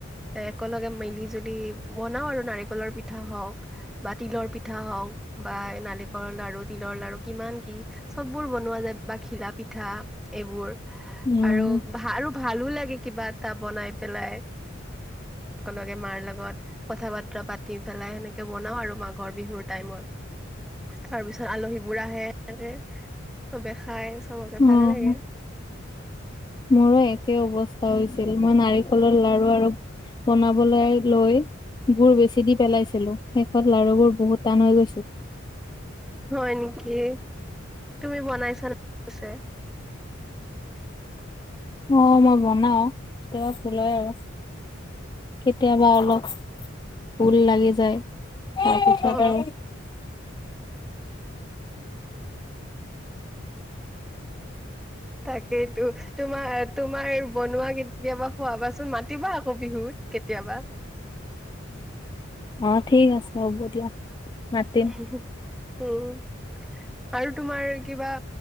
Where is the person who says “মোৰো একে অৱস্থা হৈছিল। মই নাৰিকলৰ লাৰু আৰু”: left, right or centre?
Left